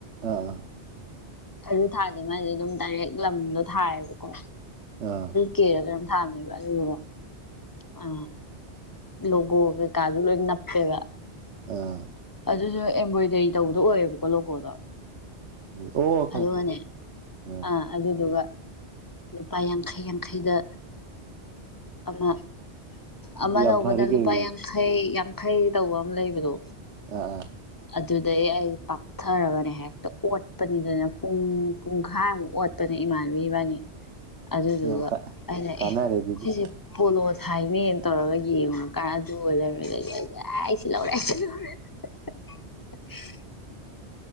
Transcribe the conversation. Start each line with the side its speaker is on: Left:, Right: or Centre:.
Right: ꯑꯥ
Left: ꯑꯗꯨ ꯊꯥꯗꯦ ꯃꯥꯗꯤ ꯑꯗꯨꯝ ꯗꯥꯏꯔꯦꯛ ꯂꯝꯗꯣ ꯊꯥꯏꯌꯦꯕꯀꯣ
Right: ꯑꯥ
Left: ꯀꯦꯔꯒ ꯑꯗꯨꯝ ꯊꯥꯡꯉꯦꯕ ꯑꯗꯨꯗꯨꯒ ꯑ ꯂꯣꯒꯣ ꯀꯩꯀꯥꯗꯨ ꯂꯣꯏ ꯅꯞꯄꯦꯕ
Right: ꯑꯥ
Left: ꯑꯗꯨꯅ ꯑꯦꯝꯕ꯭ꯔꯣꯏꯗꯔꯤ ꯇꯧꯕꯗꯣ ꯑꯣꯏꯌꯦꯦꯕꯀꯣ ꯂꯣꯒꯣꯗꯣ
Right: ꯑꯣ ꯈ
Left: ꯑꯗ
Right: ꯈ
Left: ꯃꯅꯦꯦ
Right: ꯑꯥ
Left: ꯑ ꯑꯗꯨꯗꯨꯒ ꯂꯨꯄꯥ ꯌꯥꯡꯈꯩ ꯌꯥꯡꯈꯩꯗ ꯑꯃ ꯑꯃ
Right: ꯌꯥꯝ
Left: ꯂꯧꯕꯗ
Right: ꯐꯔꯦ ꯀꯩꯅꯣ
Left: ꯂꯨꯄꯥ
Right: ꯑꯗꯨꯗꯤ
Left: ꯌꯥꯡꯈꯩ ꯌꯥꯡꯈꯩ ꯇꯧꯕ ꯑꯃ ꯂꯩꯕꯗꯣ
Right: ꯑꯥ ꯑꯥ
Left: ꯑꯗꯨꯗꯩ ꯑꯩ ꯄꯥꯛꯊꯔꯒꯅꯦ ꯍꯦꯛꯇ ꯑꯣꯠꯄꯅꯤꯗꯅ ꯄꯨꯡ ꯄꯨꯡꯈꯥꯏꯃꯨꯛ ꯑꯣꯠ ꯆꯠꯄꯅ ꯏꯃꯥꯟꯕꯤ ꯏꯕꯥꯅꯤ ꯑꯗꯨꯗꯨꯒ
Right: ꯌꯥꯝ ꯀꯥ
Left: ꯑꯩꯅ
Right: ꯀꯥꯟꯅꯔꯦ
Left: ꯑꯦ
Right: ꯑꯗꯨꯗꯤ
Left: ꯁꯤꯁꯦ ꯄꯣꯂꯣ ꯊꯥꯏꯅꯦ ꯇꯧꯔꯒ ꯌꯦꯡꯉꯨꯔꯀꯥꯟ ꯑꯗꯨ ꯑꯣꯏꯔꯝꯃꯦꯗꯤꯁ ꯑ ꯑꯩꯁꯤ ꯂꯧꯔꯦ ꯑꯩ ꯂꯧꯔꯦ <inaudible>